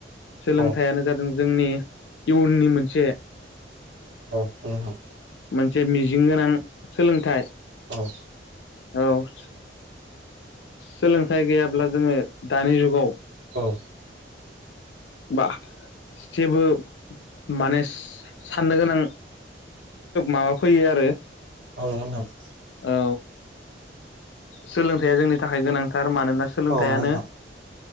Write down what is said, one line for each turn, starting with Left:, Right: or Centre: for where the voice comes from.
Left: सोलोंथाइयानो
Right: औ
Left: जादों जोंनि इयुननि मोनसे
Right: औ नंगौ नोंथां
Left: मोनसे मिजिं गोनां सोलोंथाइ।
Right: औ
Left: औ सोलोंथाइ गैयाब्ला जोङो दानि जुगाव
Right: औ
Left: बा जेबो माने साननो गोनां माबा फैयो आरो।
Right: औ नोंखौ नोंथां
Left: औ सोलोंथाइया जोंनि थाखाय गोनांथार मानोना सोलोंथाइयानो
Right: औ नंगौ नोंथां